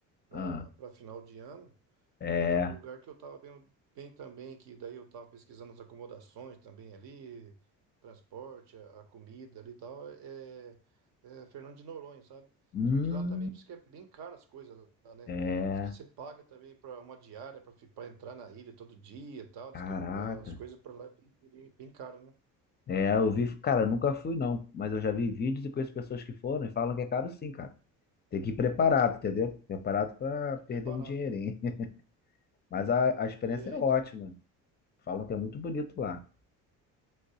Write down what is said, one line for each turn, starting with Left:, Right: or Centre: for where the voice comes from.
Right: para
Left: Ah,
Right: para final de ano.
Left: é.
Right: É um lugar que eu estava vendo bem também, que daí eu estava pesquisando as acomodações também ali, transporte, a, a comida ali e tal. É, é Fernando de Noronha, sabe?
Left: Hum,
Right: Só que lá também diz que é bem caro as coisas lá, né?
Left: é.
Right: Diz que você paga também para uma diária para entrar na ilha todo dia e tal. Diz
Left: Caraca.
Right: que ah, as coisas para lá é bem, bem, bem caro, né?
Left: É, eu vi, cara, eu nunca fui não, mas eu já vi vídeos e conheço pessoas que foram e falam que é caro sim, cara. Tem que ir preparado, entendeu? Preparado para perder
Right: Preparado,
Left: um dinheirinho.
Right: né?
Left: <laughs> Mas a, a experiência
Right: É,
Left: é ótima.
Right: então,
Left: Falam que é muito bonito lá.